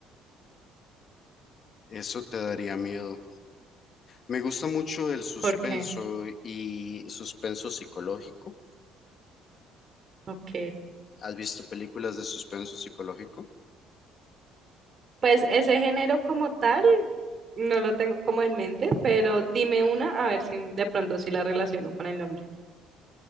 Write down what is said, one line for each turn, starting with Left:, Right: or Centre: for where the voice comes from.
Left: Eso te daría miedo. Me gusta mucho el suspenso
Right: ¿Por qué?
Left: y suspenso psicológico.
Right: Ok.
Left: ¿Has visto películas de suspenso psicológico?
Right: Pues ese género como tal no lo tengo como en mente, pero dime una a ver si de pronto sí la relaciono con el nombre.